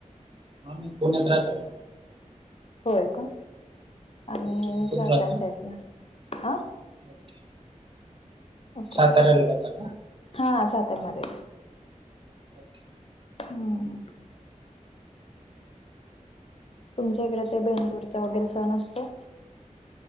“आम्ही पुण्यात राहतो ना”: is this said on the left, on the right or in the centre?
Right